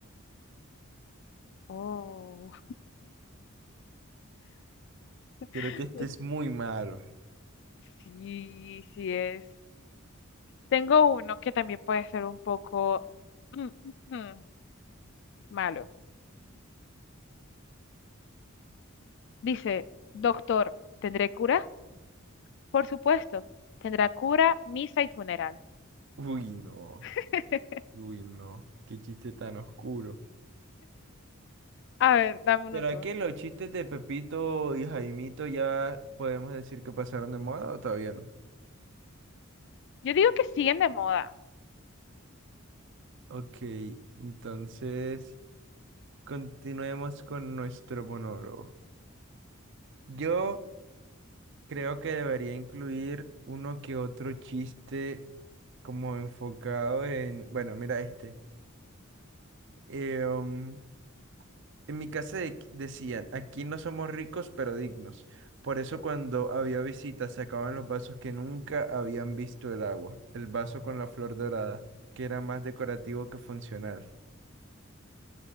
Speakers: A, on the left; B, on the right.
A: Oh,
B: Creo
A: <laughs>
B: que este es muy malo.
A: Sí, sí es. Tengo uno que también puede ser un poco mm, mm, mm, malo. Dice, doctor, ¿tendré cura? Por supuesto, tendrá cura, misa y funeral.
B: Uy, no.
A: <laughs>
B: Uy, no. Qué chiste tan oscuro.
A: A ver, dame uno
B: ¿Será
A: tú.
B: que los chistes de Pepito y Jaimito ya podemos decir que pasaron de moda o todavía no?
A: Yo digo que siguen de moda.
B: Ok, entonces continuemos con nuestro monólogo. Yo creo que debería incluir uno que otro chiste como enfocado en, bueno, mira este. em, En mi casa de- decían, aquí no somos ricos, pero dignos. Por eso cuando había visitas sacaban los vasos que nunca habían visto el agua, el vaso con la flor dorada, que era más decorativo que funcional.